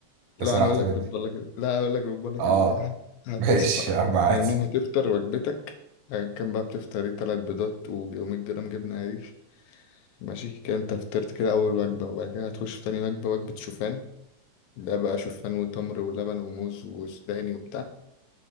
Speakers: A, on the left; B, on the right.
A: لا
B: انت سرحت
A: انا اقول لك
B: مني
A: بتبرلك لا اقول لك بتبرلك
B: اه
A: ازاي هت- هتصحى
B: ماشي يا عم
A: تصحى
B: عادي
A: من النوم هتفطر وجبتك اه، كان بقى بتفطر ايه تلات بيضات و100 جرام جبنة قريش ماشي كده انت فطرت كده اول وجبة وبعد كده هتخش في تاني وجبة وجبة شوفان ده بقى شوفان وتمر ولبن وموز وسوداني وبتاع